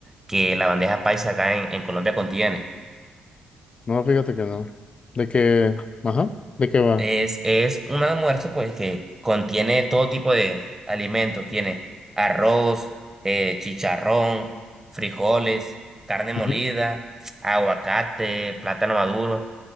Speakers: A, on the right; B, on the left.
A: que la bandeja paisa acá en en Colombia contiene.
B: No, fíjate que no. De que, ajá, de qué va.
A: Es, es un almuerzo pues que contiene todo tipo de alimentos. Tiene arroz, eh, chicharrón, frijoles, carne molida,
B: Ujú,
A: aguacate, plátano maduro,